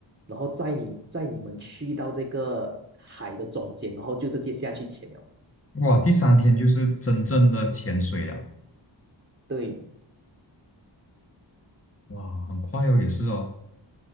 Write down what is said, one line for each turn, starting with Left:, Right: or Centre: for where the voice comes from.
Right: 然后载你载你们去到这个海的中间，然后就直接下去潜了。
Left: 哇，第三天就是真正的潜水了，
Right: 对，
Left: 哇，很快哦，也是哦，